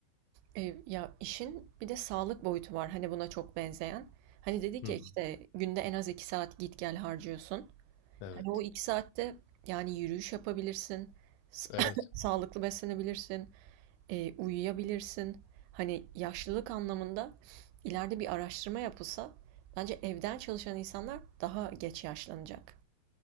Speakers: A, on the right; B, on the left.
A: Eee, ya, işin bir de sağlık boyutu var, hani, buna çok benzeyen. Hani, dedik
B: Hı
A: ya,
B: hı.
A: işte, günde en az iki saat git gel harcıyorsun.
B: Evet.
A: Hani, o 2 saatte, yani, yürüyüş yapabilirsin, s
B: Evet.
A: <coughs> <laughs> sağlıklı beslenebilirsin, eee, uyuyabilirsin. Hani, yaşlılık anlamında ileride bir araştırma yapılsa bence evden çalışan insanlar daha geç yaşlanacak.